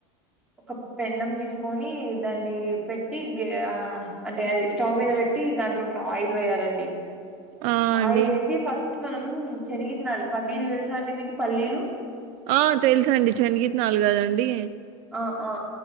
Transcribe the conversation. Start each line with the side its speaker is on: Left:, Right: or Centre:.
Centre: ఒక పెన్నం తీసుకొని దాన్ని పెట్టి అంటే అది స్టవ్ మీద పెట్టి దాంట్లో ఆయిల్ వేయాలండి
Right: ఆ అండి
Centre: ఆయిల్ వేసి ఫస్ట్ మనం చెనిగిత్తనాలు పల్లీలు తెలుసా అండి మీకు పల్లీలు
Right: ఆ తెలుసు అండి చెనిగిత్తనాలు గదండి
Centre: ఆ ఆ